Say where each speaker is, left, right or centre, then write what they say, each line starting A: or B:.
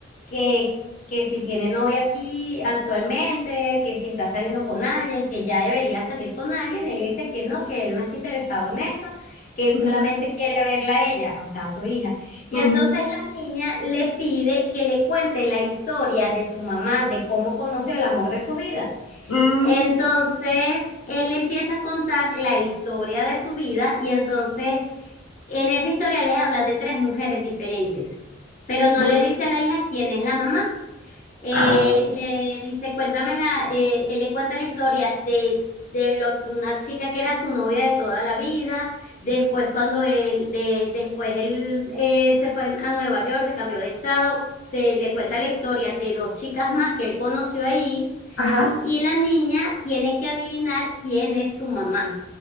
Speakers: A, on the left; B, on the left.
A: que, que si tiene novia aquí actualmente, que si está saliendo con alguien, que ya debería salir con alguien. Él le dice que no, que él no está interesado en eso, que él
B: Mm,
A: solamente quiere verla a ella, o sea, a su hija. Y
B: mm,
A: entonces la niña le pide que le cuente la historia de su mamá, de cómo conoció el amor de su vida.
B: mm,
A: Entonces él le empieza a contar la historia de su vida y entonces en esa historia le habla de tres mujeres diferentes, pero no
B: mm,
A: le dice a la hija quién es la mamá. Eh,
B: ah,
A: le dice, cuéntame la, eh, él le cuenta la historia de, de lo- una chica que era su novia de toda la vida. Después, cuando él, de, después él eh, se fue a Nueva York, se cambió de estado, se le cuenta la historia de dos chicas más que él conoció ahí,
B: ajá.
A: y la niña tiene que adivinar quién es su mamá.